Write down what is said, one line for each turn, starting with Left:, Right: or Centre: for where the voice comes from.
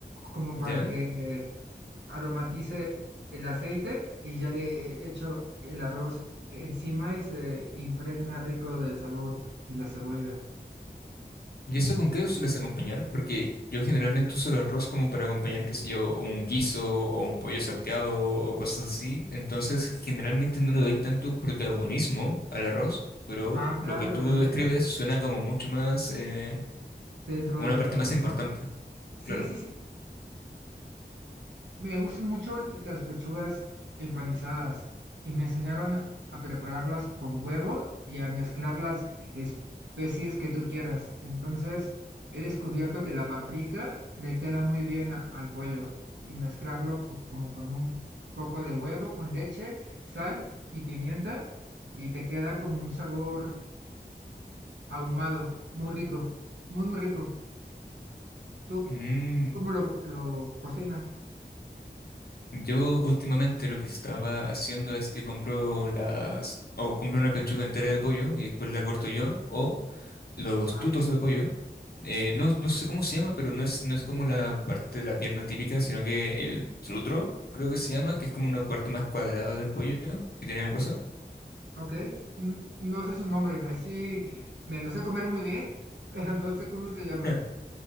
Right: como para
Left: ¿Ya?
Right: que eh, aromatice el aceite y ya le echo el arroz encima y se impregna rico del sabor de la cebolla.
Left: ¿Y eso con qué lo sueles acompañar? Porque yo generalmente uso el arroz como para acompañar, qué sé yo, un guiso o un pollo salteado o cosas así. Entonces, generalmente no le doy tanto protagonismo al arroz, pero
Right: Ah,
Left: lo
Right: claro,
Left: que tú
Right: la dejas
Left: describes suena como mucho más, eh,
Right: dentro
Left: como
Right: de lo
Left: una parte
Right: principal.
Left: más importante.
Right: Sí,
Left: Claro.
Right: sí, sí. Me gustan mucho las pechugas empanizadas y me enseñaron a prepararlas con huevo y a mezclar las especies que tú quieras. Entonces, he descubierto que la paprika le queda muy bien a- al pollo y mezclarlo co- como con un poco de huevo, con leche, sal y pimienta y te queda como un sabor ahumado, muy rico, muy, muy rico. ¿Tú
Left: Mm.
Right: cómo lo, lo cocinas?
Left: Yo últimamente lo que estaba haciendo es que compro las, o compro una pechuga entera de pollo y después la corto yo, o los
Right: Ah,
Left: tutos
Right: sí,
Left: de pollo. eh,
Right: qué
Left: no,
Right: chido.
Left: no sé cómo se llama, pero no es, no es como la parte de la pierna típica, sino que el trutro, creo que se llama, que es como una parte más cuadrada del pollo ¿no? que tiene el hueso.
Right: Ok, n- no sé su nombre, ahí sí me lo sé comer muy bien, <laughs> pero no sé cómo se llama.
Left: <laughs>